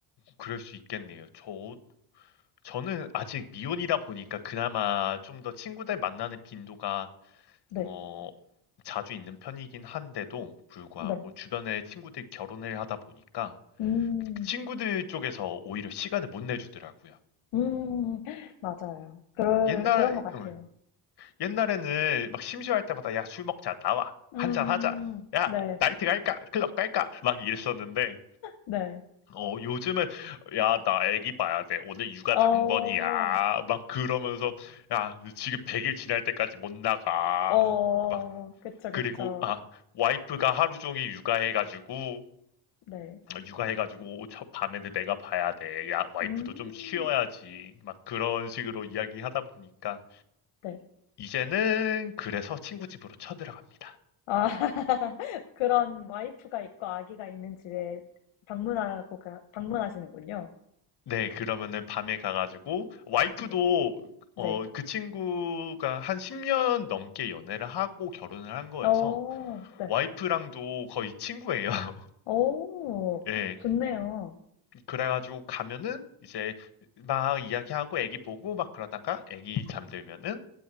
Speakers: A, on the left (about 50°); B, on the left (about 65°).
A: 그럴 수 있겠네요. 저, 저는 아직 미혼이다 보니까 그나마 좀 더 친구들 만나는 빈도가,
B: 네,
A: 어, 자주 있는 편이긴 한데도 불구하고
B: 네.
A: 주변에 친구들 결혼을 하다 보니까
B: 음,
A: 친구들 쪽에서 오히려 시간을 못 내주더라고요.
B: 음. 맞아요. 그럴
A: 옛날,
B: 그런 것 같아요.
A: 어, 옛날에는 막 심심할 때마다 야 술 먹자 나와
B: 음.
A: 한잔 하자 야
B: 네.
A: 나이트 갈까 클럽 갈까 막 이랬었는데
B: 네.
A: 어 요즘은 야 나 애기 봐야 돼 오늘 육아
B: 어.
A: 당번이야 막 그러면서 야 지금 100일 지날 때까지 못 나가
B: 어.
A: 막
B: 그쵸,
A: 그리고
B: 그쵸.
A: 아 와이프가 하루 종일 육아해가지고
B: 네.
A: 육아해가지고 저 밤에는 내가 봐야 돼. 야 와이프도
B: 음.
A: 좀 쉬어야지. 막 그런 식으로 이야기하다 보니까
B: 네.
A: 이제는 그래서 친구 집으로 쳐들어갑니다.
B: 아 <laughs> 그런 와이프가 있고 아기가 있는 집에 방문하고 가 방문하시는군요.
A: 네, 그러면은 밤에 가가지고, 와이프도,
B: 네. 네.
A: 어, 그 친구가 한 10년 넘게 연애를 하고 결혼을 한 거여서,
B: 어. 네.
A: 와이프랑도 거의 친구예요. <laughs>
B: 어.
A: 예.
B: 좋네요.
A: 그래가지고 가면은, 이제 막 이야기하고 애기 보고 막 그러다가 애기 잠들면은,